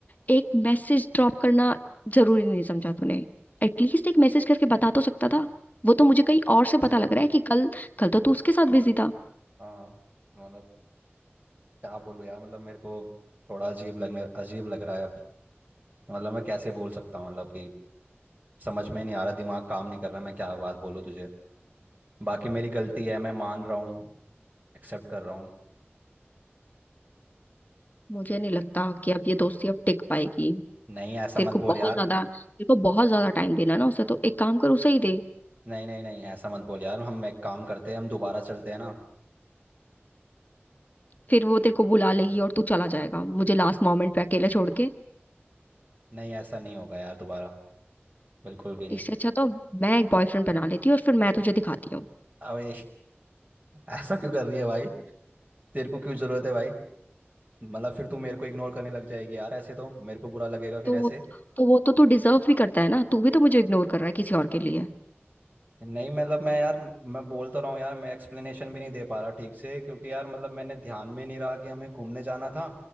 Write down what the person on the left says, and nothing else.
एक मैसेज ड्रॉप करना जरूरी नहीं समझा तूने एटलीस्ट एक मैसेज करके बता तो सकता था वो तो मुझे कहीं और से पता
लग रहा है कि कल कल तो तू उसके साथ बिजी था
मुझे नहीं लगता कि अब ये दोस्ती अब टिक पाएगी
तेरे
को
बहुत
ज्यादा तेरे को बहुत ज्यादा टाइम देना ना उसे तो एक काम कर उसे ही दे
फिर वो तेरे को बुला लेगी और तू चला जाएगा मुझे लास्ट मोमेंट पे अकेले छोड़ के
इससे अच्छा तो मैं एक बॉयफ्रेंड बना लेती हूँ और फिर मैं तुझे दिखाती हूँ
तो
वो तो वो तो तू डिजर्व भी करता है ना तू भी तो मुझे इग्नोर कर रहा है किसी और के लिए